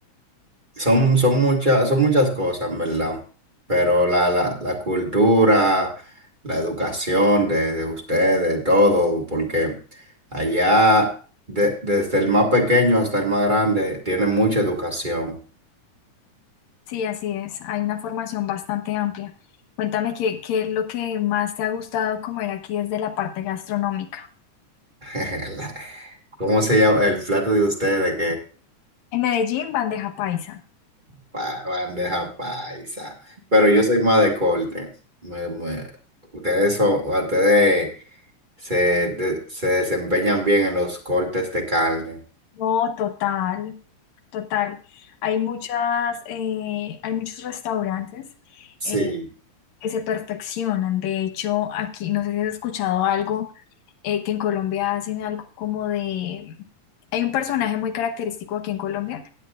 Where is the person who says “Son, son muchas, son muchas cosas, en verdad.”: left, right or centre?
Right